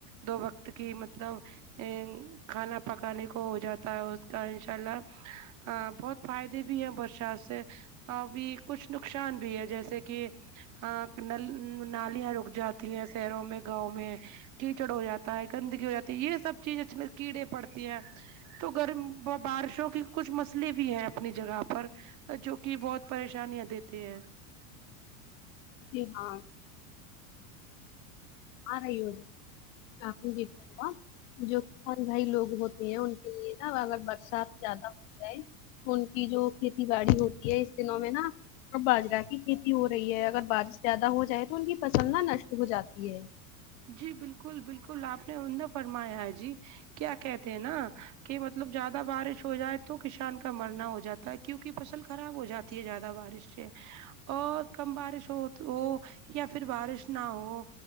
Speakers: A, on the right; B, on the left.
A: دو وقت کی مطلب ا کھانا پکانے کو ہو جاتا ہے اس کا انشاء اللہ ا بہت فائدے بھی ہیں برشا سے ابھی کچھ نقصان بھی ہے جیسے کہ ہاں نالیاں رک جاتی ہیں شہروں میں گاؤں میں کیچڑ ہو جاتا ہے گندگی ہو جاتی ہے یہ سب چیز اچ کیڑے پڑتی ہے تو گرم بارشوں کی کچھ مسئلے بھی ہیں اپنی جگہ پر جو کہ بہت پریشانیاں دیتے ہیں
B: جی ہاں رہی ہو آ جا جو کسان بھائی لوگ ہوتے ہیں ان کے لیے نا اگر برسات زیادہ ہو جائے ان کی جو کھیتی باڑی ہوتی ہے اس دنوں میں نا اور باجرا کی کھیتی ہو رہی ہے اگر بارش زیادہ ہو جائے تو ان کی فصل نہا نشٹ ہو جاتی ہے
A: جی بالکل بالکل آپ نے عمدہ فرمایا ہے جی کیا کہتے ہیں نا کہ مطلب زیادہ بارش ہو جائے تو کسان کا مرنا ہو جاتا ہے کیونکہ فصل خراب ہو جاتی ہے زیادہ بارش سے اور کم بارش ہو ہو یا پھر بارش نہ ہو